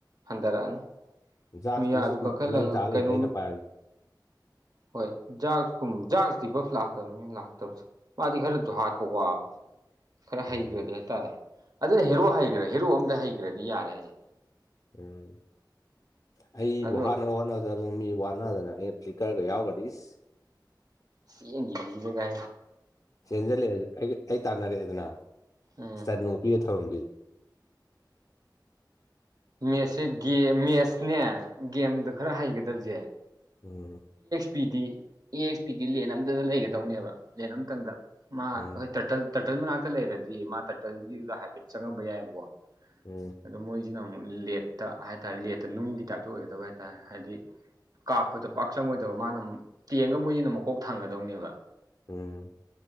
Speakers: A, on the right; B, on the left.
A: ꯍꯟꯊꯔꯛꯑꯅꯤ
B: ꯖꯥꯛꯁꯇꯤ
A: ꯃꯤꯌꯥꯁꯨ
B: ꯁꯨꯝ
A: ꯀꯟꯈꯠꯂꯒ
B: ꯃꯩ ꯇꯥ ꯂꯩꯗ
A: ꯀꯩꯅꯣꯝ
B: ꯑꯩꯅ ꯄꯥꯏꯕꯗ
A: ꯍꯣꯏ ꯖꯥꯛ ꯀꯨꯝ ꯖꯥꯛꯁꯤꯗꯤ ꯕꯁ ꯂꯥꯛꯇꯕꯅꯤ ꯂꯥꯛꯇꯕ ꯃꯥꯗꯤ ꯈꯔꯁꯨ ꯍꯥꯠꯄ ꯋꯥꯕꯅꯤ ꯈꯔ ꯍꯩꯈ꯭ꯔꯗꯤ
B: ꯎꯝ
A: ꯍꯥꯏꯇꯥꯔꯦ ꯑꯗꯨꯅ ꯍꯦꯔꯣ ꯍꯩꯈ꯭ꯔꯦ ꯍꯦꯔꯣ ꯑꯝꯗ ꯍꯩꯈ꯭ꯔꯗꯤ ꯌꯥꯔꯦ ꯍꯥꯏꯁꯦ
B: ꯎꯝ ꯑꯩ
A: ꯑꯗꯣ
B: ꯋꯥꯍꯥꯅ ꯋꯥꯍꯅꯗ ꯃꯤ ꯋꯥꯅꯗꯅ ꯑꯩꯅ ꯐ꯭ꯂꯤꯛꯀꯔꯒ ꯌꯥꯎꯒꯗꯤꯁ
A: ꯁꯤ ꯒ
B: ꯆꯦꯟꯁꯤꯜꯂꯛꯑꯦ ꯑꯩ ꯑꯩ ꯇꯥꯟꯅꯔꯛꯑꯦꯗꯅ
A: ꯎꯝ
B: ꯏꯁꯟꯨꯄꯤꯔ ꯊꯧꯔꯝꯕꯤ
A: ꯃꯦꯠꯁꯦ ꯃꯦꯁꯅꯦ ꯒꯦꯝꯗ ꯈꯔ ꯍꯩꯒꯗꯕꯁꯦ
B: ꯎꯝ
A: ꯄꯤ ꯗꯤ ꯑꯦ ꯑꯦꯛꯁ ꯄꯤ ꯗꯤ ꯂꯦꯟ ꯑꯃꯇ ꯂꯩꯒꯗꯧꯅꯦꯕ ꯂꯦꯟ ꯑꯃꯇꯪꯗ ꯃꯥ
B: ꯎꯝ
A: ꯍꯣꯏ ꯇꯇ ꯇꯇꯜ ꯃꯅꯥꯛꯇ ꯂꯩꯔꯗꯤ ꯃꯥ ꯇꯇꯜꯒꯤꯗꯨꯗ ꯍꯥꯏꯐꯦꯠ ꯆꯪꯉꯝꯕ ꯌꯥꯏꯑꯕꯀꯣ
B: ꯎꯝ
A: ꯑꯗ ꯃꯣꯏ ꯁꯤꯅ ꯑꯃꯨꯛ ꯂꯦꯠꯇ ꯍꯥꯏꯇꯥꯥꯔꯦ ꯂꯦꯠꯇ ꯅꯨꯡꯒꯤ ꯇꯥꯏꯞꯇ ꯑꯣꯏꯒꯗꯕ ꯍꯥꯏꯇꯥꯔꯦ ꯍꯥꯏꯗꯤ ꯀꯥꯞꯄꯗ ꯄꯥꯛ ꯆꯪꯉꯣꯏꯗꯕ ꯃꯥꯅ ꯇꯦꯟꯒ ꯃꯣꯏꯅꯤꯅ ꯃꯀꯣꯛ ꯊꯥꯡꯒꯗꯧꯅꯦꯕ
B: ꯎꯝ